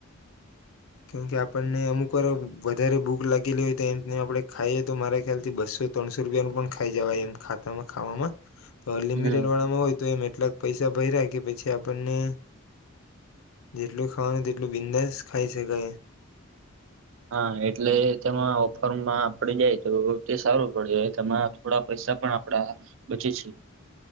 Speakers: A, on the left; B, on the right.
A: કેમ કે આપણને અમુક કોઈ વાર વધારે ભૂખ લાગેલી હોય તો એમને આપણે ખાઈએ તો મારા ખ્યાલ થી બસો ત્રણસો રૂપિયાનું પણ ખાઈ જવાય એમ ખાતામાં ખાવામાં. તો અનલિમિટેડ
B: હમ
A: વાળામાં હોય તો એમ એટલાક. પૈસા ભયરા કે પછી આપણને જેટલું. ખાવાનું તેટલું બિંદાસ ખાઈ શકાય.
B: હા એટલે તેમાં ઓફરમાં આપણેે જાય તો તે સારું પડે. તેમાં થોડા પૈસા પણ આપડા બચે છે.